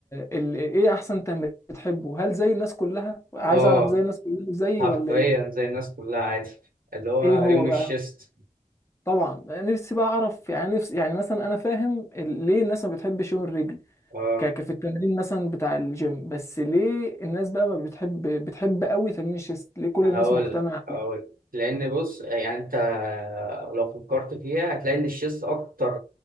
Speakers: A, on the left; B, on the right.
A: ال ايه احسن تمرين بتحبه هل زي الناس كلها عايز
B: اه
A: اعرف زي الناس كلها زي
B: حرفيا
A: ولا ايه
B: زي الناس كلها عادي اللي هو
A: ايه هو
B: يوم
A: بقى
B: الشيست
A: طبعا نفسي بقى اعرف يعني نفسي يعني مثلا انا فاهم ال- ليه الناس ما بتحبش يوم الرجل
B: اه
A: ك- ك- في التمرين مثلا بتاع الجيم بس ليه الناس بقى ما بتحب بتحب قوي تمرين الشيست ليه كل
B: هقول
A: الناس مجتمعة
B: هقول
A: عليه
B: لان بص يعني انت لو فكرت فيها هتلاقي ان الشيست اكتر